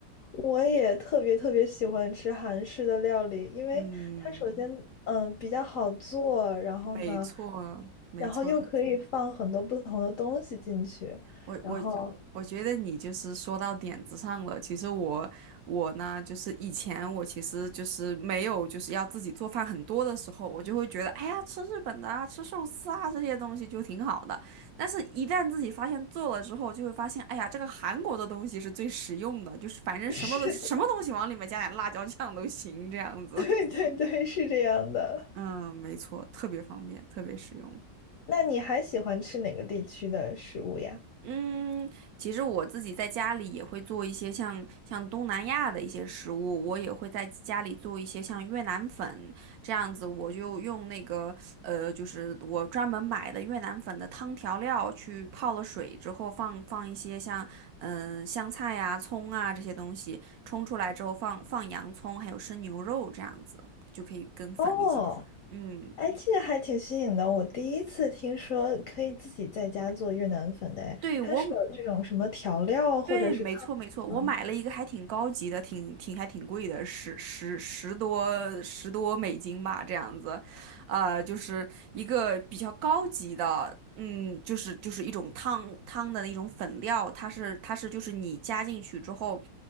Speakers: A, on the left (about 65°); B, on the right (about 70°).
A: 我也特别特别喜欢吃韩式的料理，因为它首先嗯比较好做，
B: 嗯，
A: 然后呢，
B: 没错，没错。
A: 然后又可以放很多不同的东西进去，
B: 我我
A: 然后
B: 我觉得你就是说到点子上了。其实我我呢，就是以前我其实就是没有就是要自己做饭很多的时候，我就会觉得，哎呀，吃日本的啊，吃寿司啊这些东西就挺好的。但是，一旦自己发现做了之后，就会发现，哎呀，这个韩国的东西是最实用的，就是反正什么的什么东西往里面加点辣椒酱都行，
A: <laughs> 是的，
B: 这样子。
A: <laughs> 对对对，
B: <laughs>
A: 是这样的。
B: 嗯，没错，特别方便，特别实用。
A: 那你还喜欢吃哪个地区的食物呀？
B: 嗯，其实我自己在家里也会做一些像像东南亚的一些食物，我也会在家里做一些像越南粉这样子，我就用那个呃，就是我专门买的越南粉的汤调料去泡了水之后放放一些像嗯、呃香菜啊、葱啊这些东西，冲出来之后放放洋葱还有生牛肉这样子，就可以跟粉一起吃。
A: 哦，
B: 嗯，
A: 哎，这个还挺新颖的，我第一次听说可以自己在家做越南粉的，哎，
B: 对，
A: 它是有这种什么调料或者是汤吗？
B: 我对，没错没错，我买了一个还挺高级的，挺挺还挺贵的，十十十多十多美金吧，这样子，呃，就是一个比较高级的，嗯，就是就是一种汤汤的一种粉料，它是它是就是你加进去之后，